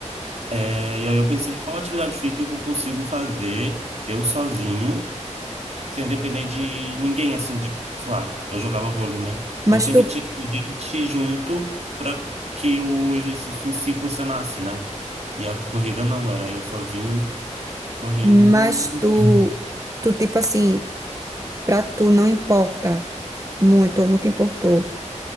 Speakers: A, on the right; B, on the right.
A: É, e aí eu pensei, qual atividade física que eu consigo fazer eu sozinho? sem depender de ninguém, assim, de, sei lá, eu jogava vôlei, né?
B: Mas
A: Mas sempre
B: tu
A: tinha que ter gente junto para que o exercício em si funcionasse, né? E a corrida não, era eu sozinho correndo.
B: Mas
A: enfim.
B: tu, tu tipo assim, pra tu não importa muito, ou nunca importou,